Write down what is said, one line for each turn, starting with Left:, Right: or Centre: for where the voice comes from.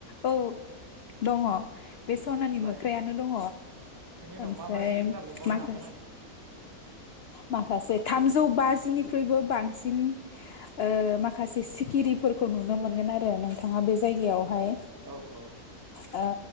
Left: औ दङ बे सनानि
Right: ओमफ्राय
Left: मोख्रानो दङ
Right: बेनि उनाव
Left: ओमफ्राय
Right: मा मा जिब जुनार नुबावनो
Left: माखासे
Right: हागोन आङो
Left: माखासे थामजौ बाजिनिख्रुइबो बांसिन ओ माखासे सिखिरिफोर खौ नुनो मोनगोन आरो नोंथाङा बे जायगायाव ओमफाय
Right: औ औ
Left: अ